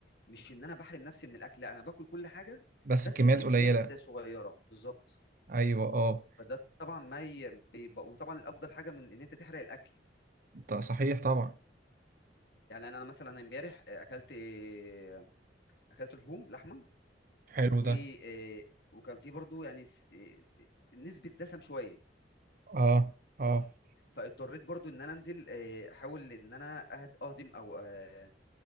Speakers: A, on the left; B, on the right.
A: مش ان انا بحرم نفسي من الاكل لا انا باكل كل حاجه
B: بس
A: بس
B: بكميات
A: بكميات
B: قليله
A: صغيره بالظبط
B: ايوه اه
A: فده طبعا ما ي... بيب- وطبعا الافضل حاجه من ان انت تحرق الاكل
B: انت صحيح طبعا
A: يعني انا أنا مثلا امبارح آه، اكلت آه، اكلت لحوم لحمه
B: حلو
A: و
B: ده
A: آه، وكان في برضو يعني س- آه، نسبة دسم شوية
B: اه اه
A: فاضطريت برضو ان انا انزل آه، احاول ان انا أهد- اهضم او آه،